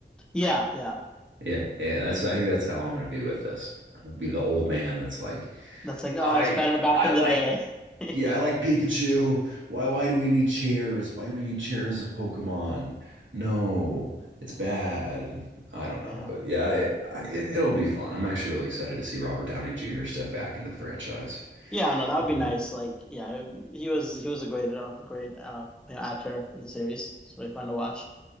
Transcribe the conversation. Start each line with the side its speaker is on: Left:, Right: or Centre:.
Centre: Yeah, yeah.
Right: Yeah, yeah, that's I think that's how I'm gonna be with this. I'm gonna be the old man that's like,
Centre: That's like, oh,
Right: I
Centre: it's better back
Right: I
Centre: in
Right: like
Centre: the day. <laughs>
Right: yeah, I like Pikachu. Why why do we need chairs? Why do we need chairs as Pokemon? No, it's bad. I don't
Centre: Yeah.
Right: know, but yeah, I, I, it, it'll be fun. I'm actually really excited to see Robert Downey Jr. step back into the franchise.
Centre: Yeah, no, that would
Right: Um,
Centre: be nice. Like, yeah, he was he was a great uh, great uh you know, actor in the series. It's really fun to watch.